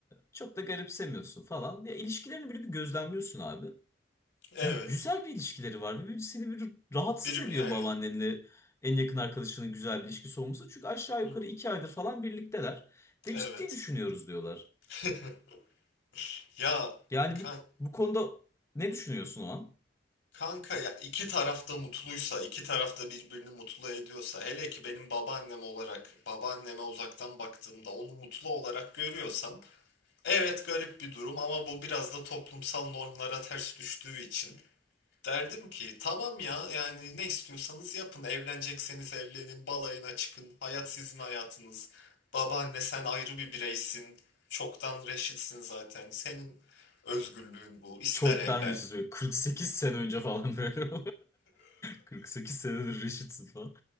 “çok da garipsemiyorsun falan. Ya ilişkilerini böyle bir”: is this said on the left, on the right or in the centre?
Left